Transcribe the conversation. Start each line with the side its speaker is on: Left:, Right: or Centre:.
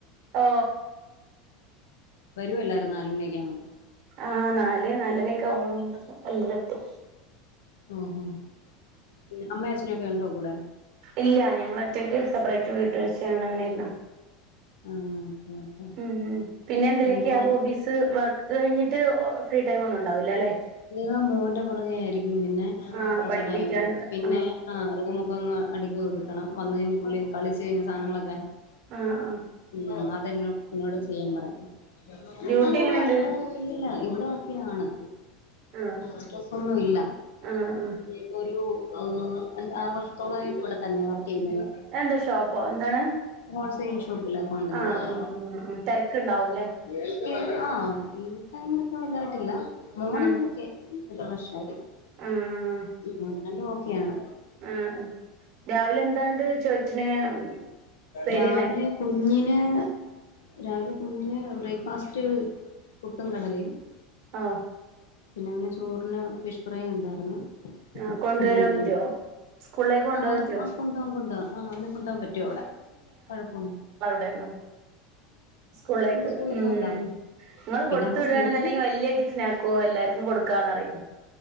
Right: ആ
Left: വരുഎല്ലാരും നാലുമണിയൊക്കെ ആവുമ്പോം
Right: ആ നാല് നാലരൊക്കെ <unintelligible> എന്തരട്ടു
Left: ഓഹോ പിന്നെ അമ്മ അച്ഛനൊക്കെ ഒണ്ടോ കുട
Right: ഇല്ല ഞങ്ങള് ഒറ്റയ്ക്ക് സെപ്പറേറ്റ് വീട്ട് വച്ച് ഞങ്ങൾ അങ്ങനെയായിരുന്ന്
Left: ആഹ് ഓക്കെ
Right: ഉം പിന്നെ
Left: ഓക്കെ
Right: എന്തിലൊക്കെയാ
Left: ഇനിയിപ്പം
Right: ഹോബീസ് വർക്ക് കഴിഞ്ഞിട്ട് ഫ്രീ ടൈം ഒന്നും ഉണ്ടാവൂല്ലാല്ലേ
Left: ആ മോന്റെ പുറകെ ആയിരിക്കും പിന്നെ
Right: ആഹ്
Left: കുറച്ച്
Right: പഠിപ്പിക്കാനുള്ള
Left: ടൈം പിന്നെ
Right: ആഹ്
Left: ആ റൂമൊക്കെ ഒന്ന് അടുക്കി ഒതുക്കും എത്തണം വന്ന് കഴിഞ്ഞ് പുള്ളി കളിച്ചു കഴിഞ്ഞ സാധനങ്ങളൊക്കെ
Right: ആ ആ
Left: ഉം അതെന്നോട് ചെയ്യാൻ പറയാം
Right: ഡ്യൂട്ടി
Left: അതല്ല
Right: എങ്ങനെണ്ട്
Left: ഇവിടെ ഇല്ലല്ല ഇവിടെ ഒക്കെയാണ്
Right: ആഹ്
Left: സ്‌ട്രെസ്സൊന്നും ഇല്ല
Right: ആഹ് ആഹ്
Left: ഇപ്പൊ ഒരു ഓ അഞ്ച് ആറ് വർഷത്തോളായിട്ട് ഇവിടെ തന്നെയാവർക്ക് ക്കെയുന്നത്
Right: എന്താ ഷോപ്പോ എന്താണ്
Left: ഹോൾസെയിൽ ഷോ ഷോപ്പിലകൗണ്ടന്റായിട്ട്
Right: ആഹ് ആഹ് ആഹ് ആഹ് തിരക്കുണ്ടാവൂല്ലേ
Left: ഏ ആ ഞാൻ വല്ലാട്ടില്ല മോർണിംഗിലൊക്കെ
Right: ആഹ്
Left: ഒരു വർഷായി
Right: ആഹ്
Left: ഉം രണ്ടുഓക്കെയാണ്
Right: ആഹ് ആഹ് രാവിലെ എന്താണ്ട് ചോറ്റിന് ഉപ്പേരിന്നെ
Left: രാവിലെ കുഞ്ഞിന് രാവിലെ കുഞ്ഞിന് ബ്രേക്ക്ഫാസ്റ്റ് പുട്ടും കടലയും
Right: ആഹ്
Left: പിന്നെ അവന് ചോറിന് ഫിഷ് ഫ്രൈ ഉണ്ടായിരുന്നു
Right: ആഹ് കൊണ്ട
Left: പിന്നെ
Right: വരാൻ
Left: മോരും
Right: പറ്റുവോ സ്കൂളിലേക്ക് കൊണ്ട
Left: ആഹ്
Right: പോരാൻ
Left: അത്
Right: പറ്റുവോ
Left: കൊണ്ടോവാം കൊണ്ടോവാം ആഹ് അവനെ കൊണ്ടാൻ പറ്റു അവിടെ കുഴപ്പൊ
Right: ടെന്നും സ്കൂളിലേക്ക്
Left: സ്കൂളിൽ
Right: ഉം
Left: കൊണ്ടോവാം
Right: നിങ്ങൾ
Left: പിന്നെ
Right: കൊടുത്തു
Left: അവിടെ
Right: വിടുകയാണെന്നുണ്ടെങ്കിൽ
Left: സ്കൂളില്
Right: വലിയ ടിഫിനക്കുവോ എല്ലാർക്കും കൊടുക്കാന്ന്റിയും